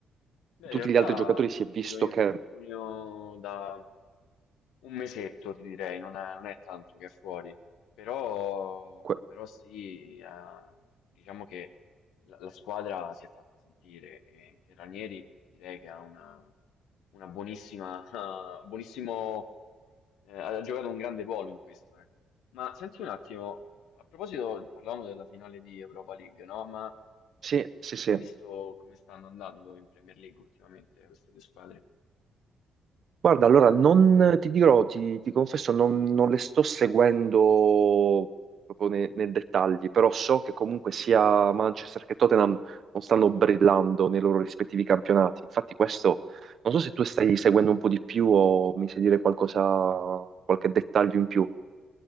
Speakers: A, on the left (about 90°); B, on the right (about 55°).
A: Beh,
B: tutti
A: in realtà
B: gli altri giocatori
A: ha
B: si
A: subito
B: è visto
A: un infortunio
B: che...
A: da un mesetto, ti direi, non è, non è tanto che è fuori, però,
B: que-
A: però sì, eh, diciamo che la, la squadra si è fatta sentire e, e Ranieri direi che ha una, una buonissima, <laughs> ah, buonissimo, eh, ha giocato un grande ruolo in questo, ecco. Ma senti un attimo, a proposito, parlavamo della finale di Europa League, no? Ma
B: sì, sì, sì.
A: hai visto come stanno andando in Premier League ultimamente queste due squadre?
B: Guarda, allora non ti dirò, ti, ti confesso, non, non le sto seguendo proprio ne- nei, dettagli, però so che comunque sia Manchester che Tottenham non stanno brillando nei loro rispettivi campionati. Infatti questo, non so se tu stai seguendo un po' di più o mi sai dire qualcosa, qualche dettaglio in più.